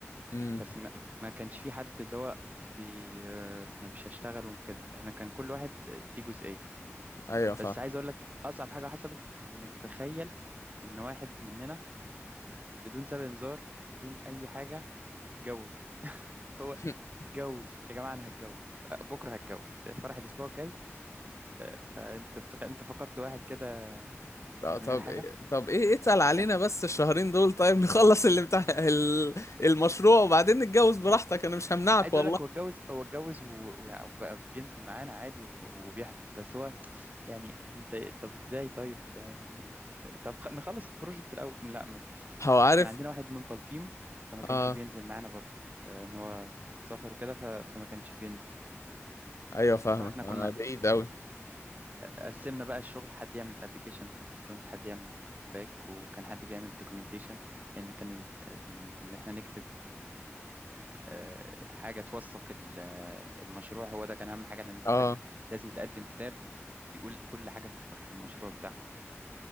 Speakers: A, on the left (about 75°); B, on the right (about 35°).
A: امم
B: بس ما ما كانش في حد اللي هو بي آه، ما بيش هشتغل وكده احنا كان كل واحد آه، ليه جزئية
A: ايوه فاهم
B: بس عايز اقول لك اصعب حاجة حصلت انك تخيل ان واحد مننا بدون سابق انذار بدون اي حاجة اتجوز <laughs> هو
A: <laughs>
B: اتجوز يا جماعة انا هتجوز آه، بكرة هتجوز فرح الاسبوع الجاي فانت بتخيل انت فقدت واحد كده
A: طب
B: من
A: طب
B: غير حاجة
A: إيه طب ايه اتقل علينا
B: كان
A: بس الشهرين دول طيب <laughs> نخلص اللي بتاع ال- المشروع وبعدين نتجوز براحتك انا مش همنعك
B: عايز
A: والله
B: اقول لك هو اتجوز هو اتجوز و- و- وبقى بينزل معانا عادي و- وبيحضر بس هو يعني انت طب ازاي طيب يعني طب خ- نخلص البروجكت الاول لا مفيش
A: هو عارف
B: كان عندنا واحد من بلطيم فما كانش
A: اه
B: بينزل معانا برضو آه، ان هو سافر وكده ف- فما كانش بينزل
A: ايوه فاهمك
B: فاحنا كنا
A: آه بعيد اوي
B: قسمنا بقى الشغل حد يعمل الابليكيشن فرونت حد يعمل الباك وكان حد بيعمل الدوكيومنتيشن لان كان ان إن احنا نكتب آه، حاجة توثق ال- آه، المشروع هو ده كان أهم حاجة لأن أنت
A: اه
B: في الآخر لازم تقدم كتاب بيقول كل حاجة في في المشروع بتاعكم